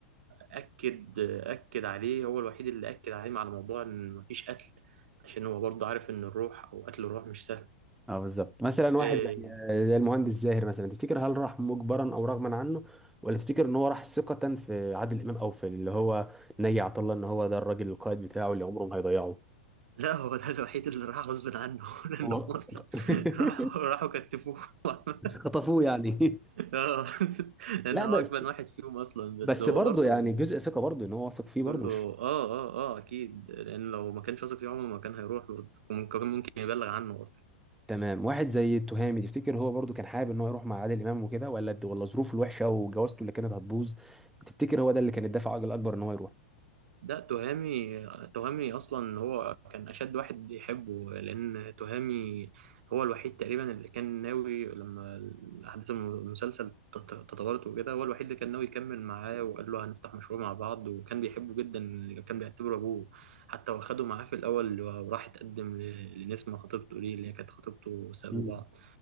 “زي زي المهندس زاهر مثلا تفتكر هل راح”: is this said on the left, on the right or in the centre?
Centre